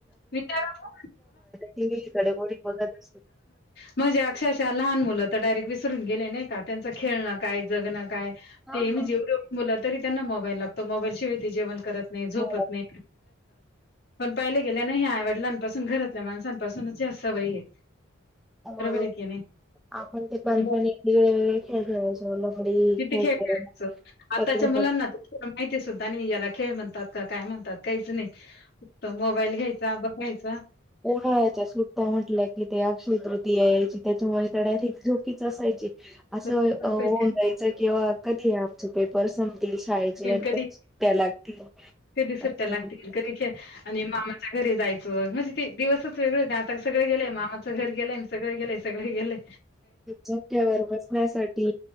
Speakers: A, on the left; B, in the centre.
A: विचारणा
B: टीव्हीकडे कोणी बघतच नाही.
A: म्हणजे अक्षरशः लहान मुला आता डायरेक्ट विसरून गेले नाही का त्यांच खेळणं काय जगणं काय. ते
B: हा
A: मी
B: हा.
A: जेवढ येऊ बोला. तरी त्यांना मोबाईल लागतो मोबाईलचीिहिती जेवण करत. नाही झोपत
B: हो
A: नाही पणहि नाही ह आहे वडिलांपासून घरातल्या माणसांपासूनच सवय आहे.
B: बरोबर
A: आहे की नाही
B: आपण ते पपणडे
A: हो,
B: व खेळ खयचो लफडी
A: किती
B: खप
A: खेळ खेळायचो आताच्या
B: पकड.
A: मुलांना तर थोडं माहिती सुद्धा नाही याला खेळ म्हणतात काय म्हणत. काहीच नाही मग मोबाईल घ्यायचा बघ. <inaudible>
B: ओड्हाळ्याच्या सुट्टा म्हटल्या कि ते अक्षय तृती यायची त्याच्यामुळे तर डायरेक्ट झोकीच असायची. असं
A: झोपायचं,
B: होऊन जायचं किंवा कधी आहे आमचे पेपरस शाळेचे आणि
A: कधी
B: त्या लागतील
A: कधी सुट्ट्या
B: आणि
A: लागतील, कधी खेळ आणि मामाच्या घरी म्हणजे ते दिवसच वेगळळे ना आता सगं गेलंय मामाचं घरेय सगं गेलंय सगं गेलंय.
B: झोक्यावर बसण्यासाठी